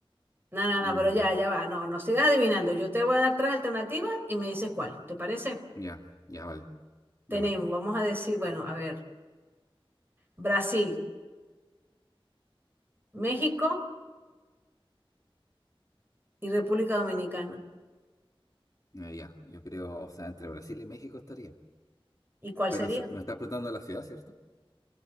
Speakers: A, on the right (about 25°); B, on the left (about 40°).
A: No, no,
B: mm,
A: no, pero ya, ya va. No, no sigas adivinando. Yo te voy a dar tres alternativas y me dices cuál. ¿Te parece?
B: ya, ya, vale,
A: Tenemos,
B: ya, vale.
A: vamos a decir, bueno, a ver, Brasil, México y República Dominicana.
B: Eh, ya, yo creo, o sea, entre Brasil y México estaría.
A: ¿Y cuál
B: Pero
A: sería?
B: se- me estás preguntando la ciudad, ¿cierto?